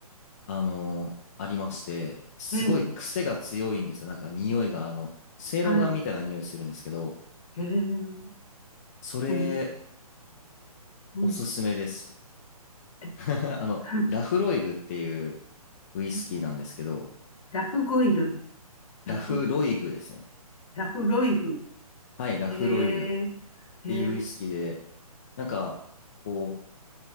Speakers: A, on the left; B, on the left.
A: あのありまして、すごい癖が強いんですよ。
B: ええ、
A: なんか匂いが、あの、せいろガンみたいな匂いするんですけど、
B: はい。ええ、う
A: それ、
B: ん、うん。
A: おすすめです。
B: え、
A: <laughs>
B: <laughs>
A: あの、
B: はん
A: ラフロイグっていうウイスキーなんですけど、
B: えラフゴイル、ラフ、
A: ラフロイグですね。
B: ラフロイグ。
A: はい、ラフロイグ。
B: え
A: っ
B: え、ええ、
A: ていうウイスキーで、なんか、こう、